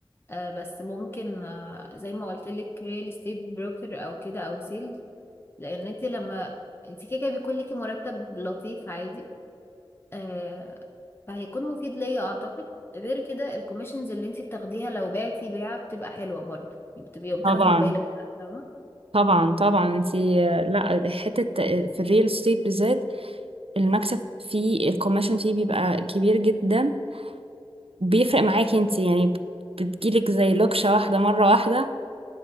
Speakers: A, on the left; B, on the right.
A: آه، بس ممكن آه، زي ما قلت لك ريل استيت بروكر او كده او سيلز لان انت لما انت كده كده بيكون ليكي مرتب لطيف عادي آه، فهيكون مفيد ليا اعتقد غير كده الكوميشنز اللي انت بتاخديها لو بعتي بيعه بتبقى حلوه برضه يعني بتبقي بتاخدي
B: طبعا
A: مبالغ فاهمه
B: طبعا طبعا انتي لا حتة في الريل استيت بالذات المكسب فيه الكوميشن فيه بيبقى كبير جدا بيفرق معاكي انتي يعني بتجيلك زي لوكشة واحدة مرة واحدة